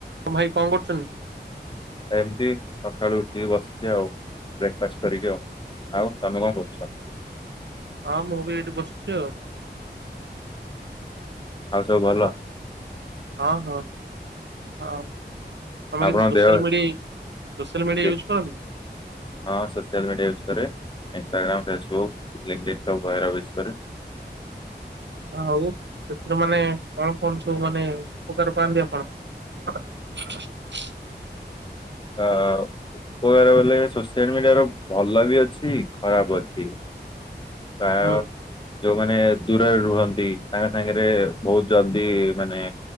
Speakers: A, on the right (about 80°); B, on the left (about 25°).
A: ତ ଭାଇ କଣ କରୁଚନ୍ତି?
B: ଏମିତି ସକାଳୁ ଉଠିକି ବସିଛି ଆଉ। ବ୍ରେକ୍ଫାଷ୍ଟ କରିକି ଆଉ। ଆଉ ତମେ କଣ କରୁଛ?
A: ହଁ ମୁଁ ବି ଏଇଠି ବସିଛି ଆଉ।
B: ଆଉ ସବୁ ଭଲ?
A: ହ ହଁ ହଁ। ହଁ ତମେ
B: ଆପଣଙ୍କ
A: କିଛି ସୋସିଆଲ
B: ଦେହ
A: ମିଡିଆ ସୋସିଲ ମିଡିଆ
B: ଦେ-
A: ୟୁଜ କରନି?
B: ହଁ ସୋସିଆଲ ମିଡିଆ ୟୁଜ୍ କରେ। ଇନ୍ସଟାଗ୍ରାମ, ଫେସବୁକ୍, ଲିଙ୍କଦିନ ସବୁପ୍ରକାର ୟୁଜ୍ କରେ।
A: ଆଉ ସେଥିରୁ ମାନେ କଣ କଣ ସବୁ ମାନେ ଉପକାର ପାଆନ୍ତି ଆପଣ? <unintelligible>
B: ହଁ। କହିବାକୁ ଗଲେ ସୋସିଆଲ ମିଡିଆର ଭଲ ବି ଅଛି ଖରାପ ଅଛି। ପ୍ରାୟ
A: ହୁଁ
B: ଯୋଉମାନେ ମାନେ ଦୂରରେ ରୁହନ୍ତି, ତାଙ୍ଗ ସାଙ୍ଗରେ ବହୁତ ଜଲଦି ମାନେ